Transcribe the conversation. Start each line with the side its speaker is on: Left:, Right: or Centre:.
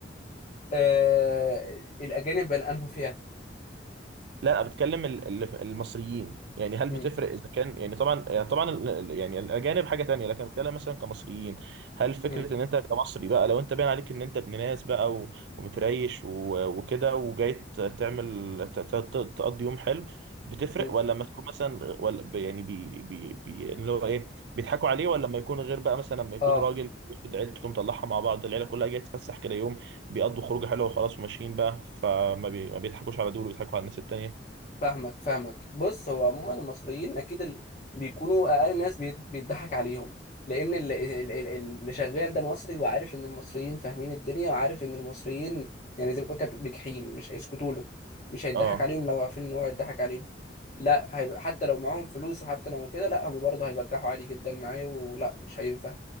Left: آه الأجانب بل أنهوا فيها
Right: لا انا بتكلم ال- ال- المصريين يعني هل
Left: م.
Right: بتفرق اذا كان يعني طبعا يعني طبعا ال- يعني الاجانب حاجه تانية لكن بتكلم مثلا كمصريين هل فكره
Left: م.
Right: ان انت كمصري بقى لو انت باين عليك ان انت ابن ناس بقى و- ومتريش و- وكده وجاي ت- تعمل ت- ت- ت- تقضي يوم حلو بتفرق
Left: م.
Right: ولا لما تكون مثلا ولا ب- يعني بي بي بي يعني اللي هو ايه بيضحكوا عليه ولا لما يكون غير بقى مثلا لما يكون
Left: اه
Right: راجل بياخد عيلته مطلعها مع بعض العيله كلها جايه تتفسح كده يوم بيقضوا خروجه حلوه وخلاص وماشيين بقى فما بي ما بيضحكوش على دول وبيضحكوا على الناس التانيه
Left: فاهمك فاهمك بص هو عموما المصريين أكيد ال... بيكونوا أقل ناس بيت- بيتضحك عليهم لأن اللي, اللي, اللي شغال ده مصري وعارف إن المصريين فاهمين الدنيا وعارف إن المصريين يعني زي ما بتقول كده بجحين مش هيسكتوا له مش هيضحك
Right: اه
Left: عليهم لو عارفين إن هو هيضحك عليهم لا هيبقى حتى لو معاهم فلوس وحتى لو كده لا هم برضه هيبجحوا عادي جدا معايا ولا مش هينفع